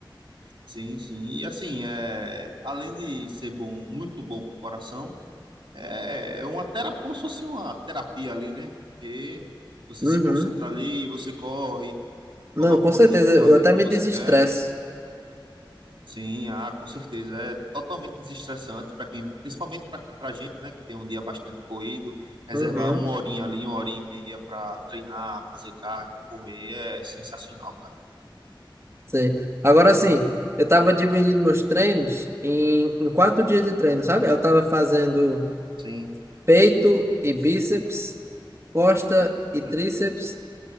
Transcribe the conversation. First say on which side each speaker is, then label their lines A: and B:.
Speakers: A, on the right; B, on the right.
A: sim, sim. E assim, é, além de ser bom, muito bom pro coração, É é uma terapia, como se fosse uma terapia ali, né? Que você
B: Uhum.
A: se concentra ali, você corre,
B: Não,
A: coloca
B: com
A: um
B: certeza.
A: objetivo
B: Eu
A: ali
B: até
A: que
B: me
A: você
B: desestresso.
A: quer. Sim, ah, com certeza. É totalmente desestressante para quem, principalmente para a gente, né, que tem um dia bastante corrido, reservar
B: Uhum.
A: uma horinha ali, uma hora e meia para treinar, fazer cardio, correr, é sensacional, cara.
B: Sei. Agora sim, eu tava dividindo meus treinos em, em quatro dias de treino, sabe? Eu tava fazendo
A: Sim,
B: peito e bíceps, costa e
A: certo,
B: tríceps